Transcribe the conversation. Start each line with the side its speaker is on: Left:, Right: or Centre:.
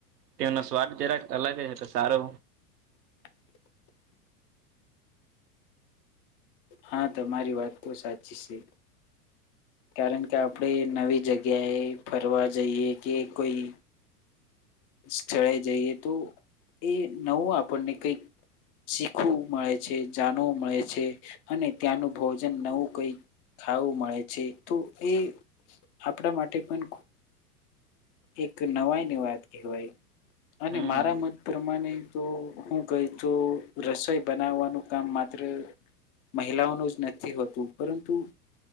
Right: તેનો સ્વાદ જરાક અલગ હ છે તો સારો
Left: <inaudible> હા તમારી વાત તો સાચી છે કારણ કે આપણે નવી જગ્યાએ ફરવા જઈએ કે કોઈ સ્થળે જઈએ તો એ નવું આપણને કઈક શીખવું મળે છે જાણવું મળે છે અને ત્યાંનું ભોજન નવું કઈ ખાવું મળે છે તો એ આપણા માટે પણ એક નવાઈ ની વાત કહેવાય અને
Right: હમ
Left: મારા મત પ્રમાણે તો હું કહી તો રસોઈ બનાવવાનું કામ માત્ર મહિલાઓનું જ નથી હોતું પરંતુ